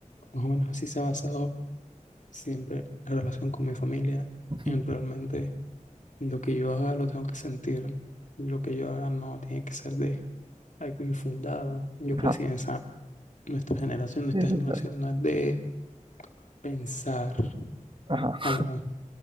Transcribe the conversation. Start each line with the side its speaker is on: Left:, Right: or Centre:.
Left: Más o menos así se ha basado siempre la relación con mi familia,
Right: ujú,
Left: en realmente lo que yo haga lo tengo que sentir, lo que yo haga no tiene que ser de algo infundado. Yo crecí
Right: Ajá.
Left: en esa, nuestra generación, nuestra
Right: Sí, sí,
Left: generación
Right: claro.
Left: no es de pensar
Right: Ajá.
Left: como,